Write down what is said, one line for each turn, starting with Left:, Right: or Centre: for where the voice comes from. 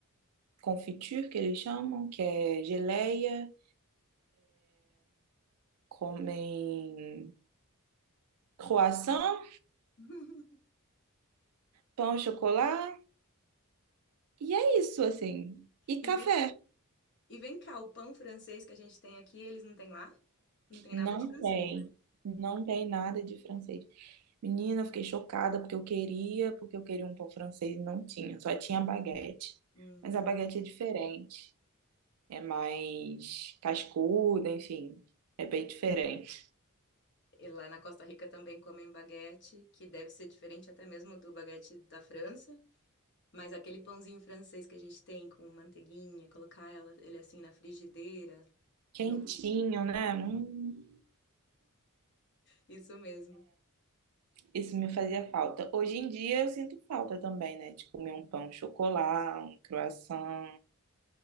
Right: confiture, que eles chamam, que é geleia, comem croissant.
Left: <laughs>
Right: pão, chocolate. E é isso, assim. E
Left: E
Right: café.
Left: vem, e vem cá, o pão francês que a gente tem aqui, eles não têm lá? Não tem
Right: Não
Left: nada de francês,
Right: tem.
Left: né?
Right: Não tem nada de francês. Menina, eu fiquei chocada porque eu queria, porque eu queria um pão francês e não tinha. Só tinha baguete.
Left: Hum.
Right: Mas a baguete é diferente. É mais cascuda, enfim. É bem diferente.
Left: E lá na Costa Rica também comem baguete, que deve ser diferente até mesmo do baguete da França, mas aquele pãozinho francês que a gente tem com manteiguinha, colocar ela, ele assim na frigideira,
Right: Quentinho,
Left: não,
Right: né? Hum,
Left: isso mesmo.
Right: isso me fazia falta. Hoje em dia eu sinto falta também, né? De comer um pão chocolate, um croissant.